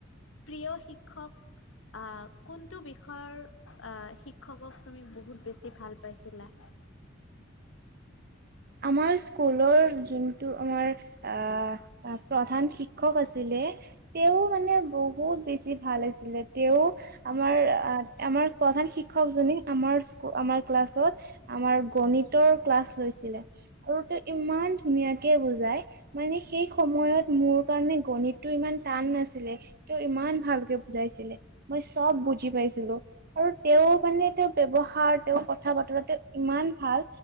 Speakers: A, on the left (about 75°); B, on the right (about 50°).
A: প্ৰিয় শিক্ষক আহ, কোনটো বিষয়ৰ অহ'শিক্ষকক তুমি বহুত বেছি ভাল পাইছিলা। <inaudible>
B: আমাৰ স্কুলৰ যোনটো আমাৰ আহ আ প্ৰধান শিক্ষক আছিলে তেওঁ মানে বহুত বেছি ভাল আছিলে। তেওঁ আমাৰ আমাৰ কলে প্ৰধান শিকক জনি আমাৰ শ্চ, আমাৰ ক্লাচত, আমাৰ গণিতৰ ক্লাছ লৈছিলে। আগতে ইমান ধুনীয়াকে বুজাই মানে সেই সময়ত মোৰ কাৰণে গণিতটো ইমান টান নাছিলে, তেওঁ ইমান ভালকে বুজাইছিলে মই চব বুজি পাইছিলো। আৰু তেওঁ মানে, তেওঁ ব্যৱহাৰ, তেওঁ কথা-বতৰা, তেওঁ ইমান ভাল,